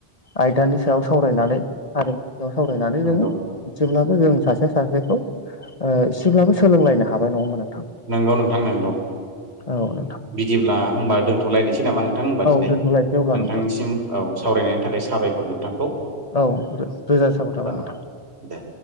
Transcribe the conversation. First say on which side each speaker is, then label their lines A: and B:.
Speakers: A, on the left; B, on the right.
A: आयदानि सायाव सावरायनानै हारिमुनि सायाव सावरायनानै
B: नंगौ
A: जोङो जेब्लाबो जों सासे सासेखौ ओ एसेब्लाबो सोलोंलायनो हाबाय नङा होनबा नोंथां।
B: नोंगौ नोंथां नोंगौ।
A: औ नोंथां
B: बिदिब्ला होमबा दोनथलायनोसै नामा नोंथां होनबा
A: औ
B: दिनै?
A: दोनथ'लायसै अब्ला
B: नोंथांनिसिम
A: नोंथां
B: औ सावरायनायनि थाखाय साबायखर नोंथांखौ।
A: औ रो रोजा साबायखर थाबाय
B: औ
A: नोंथां।
B: दे।